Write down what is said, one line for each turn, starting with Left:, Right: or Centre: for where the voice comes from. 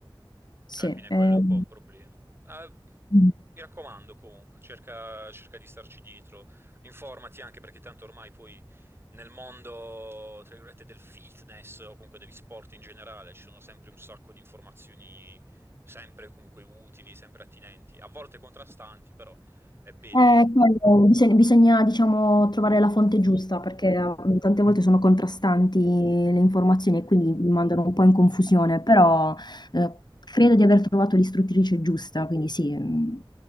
Left: Sì,
Right: Alla fine
Left: ehm,
Right: quello è un po' un problema. Ah, mi
Left: mh.
Right: raccomando comunque, cerca, cerca di starci dietro, informati anche perché tanto ormai poi nel mondo, tra virgolette, del fitness o comunque degli sport in generale ci sono sempre un sacco di informazioni, sempre comunque utili, sempre attinenti, a volte contrastanti, però è bene,
Left: Eh, quello bisogn bisogna diciamo trovare la fonte giusta perché, uhm, tante volte sono contrastanti le informazioni e quindi mi mandano un po' in confusione, però, ehm, credo di aver trovato l'istruttrice giusta, quindi sì, mhmm,